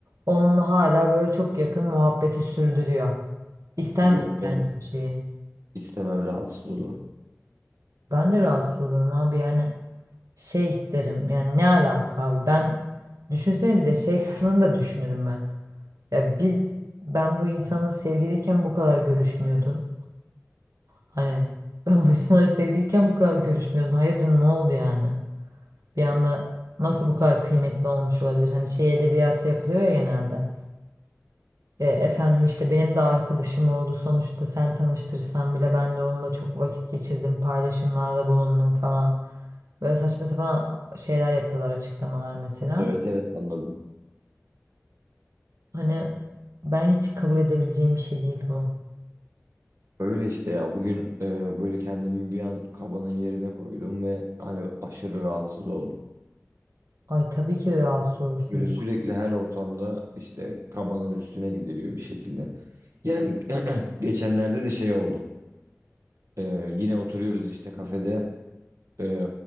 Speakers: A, on the right (about 85°); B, on the right (about 70°).
A: Onunla hala böyle çok yakın muhabbeti sürdürüyor. İster
B: Yok.
A: misin yani böyle bir şeyi?
B: İstemem rahatsız olurum.
A: Ben de rahatsız olurum abi yani şey derim yani ne alaka abi ben düşünsene bir de şey kısmını da düşünürüm ben. Ya biz ben bu insanla sevgiliyken bu kadar görüşmüyordun. Hani ben bu insanla sevgiliyken bu kadar görüşmüyordun. Hayırdır ne oldu yani? Bir anda nasıl bu kadar kıymetli olmuş olabilir? Hani şey edebiyatı yapılıyor ya genelde. E, efendim işte benim de arkadaşım oldu sonuçta sen tanıştırsan bile ben de onunla çok vakit geçirdim, paylaşımlarda bulundum falan. Böyle saçma sapan şeyler yapıyorlar açıklamalar mesela.
B: Evet evet anladım.
A: Hani ben hiç kabul edebileceğim bir şey değil bu.
B: Öyle işte ya bugün e, böyle kendimi bir an kabanın yerine koydum ve hani aşırı rahatsız oldum.
A: Ay tabii ki rahatsız olursun
B: Böyle sürekli her ortamda işte kabanın üstüne gidiliyor bir şekilde. Yani <clears throat> geçenlerde de şey oldu. E, yine oturuyoruz işte kafede. E,